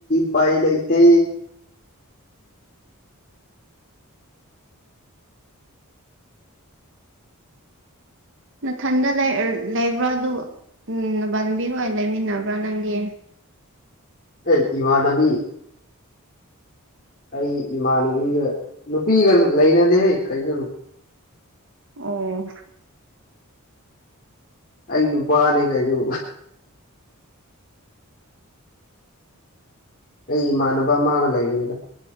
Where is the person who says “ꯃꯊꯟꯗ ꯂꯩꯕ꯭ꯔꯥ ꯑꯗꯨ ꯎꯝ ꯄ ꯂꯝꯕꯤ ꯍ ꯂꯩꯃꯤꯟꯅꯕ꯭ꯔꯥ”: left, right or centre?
Right